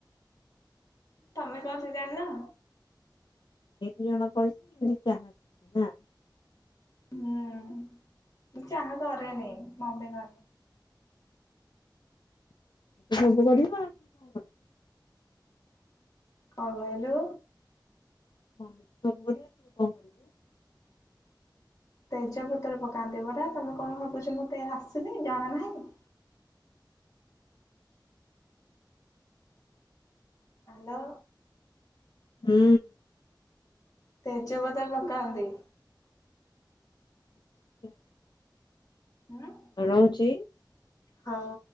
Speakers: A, on the left; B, on the left.
A: ତମେ କେମିତି ଜାଣିଲ?
B: ଏ ଦି ଜଣକରିଛନ୍ତି ଚାହା। ଆସିଛି ନା।
A: ହୁଁ ମୁଁ ଚାହା କରେନି ମମି କରେ।
B: ସବୁ କରିବା ଆଉ। କଣ କରିବୁ
A: କଣ କହିଲୁ?
B: ମମି ତ ସବୁ କରିବ ତୁ କଣ କରିବୁ?
A: ତେଜପତ୍ର ପକାନ୍ତି ପରା ତମେ କଣ ଭାବୁଛ ମୋତେ ଆସୁନି ଜଣା ନାହିଁ। ହ୍ୟାଲୋ।
B: ହୁଁ।
A: ତେଜ ପତ୍ର ପକାନ୍ତି।
B: <unintelligible>
A: ହୁଁ।
B: ରହୁଛି।
A: ହଁ।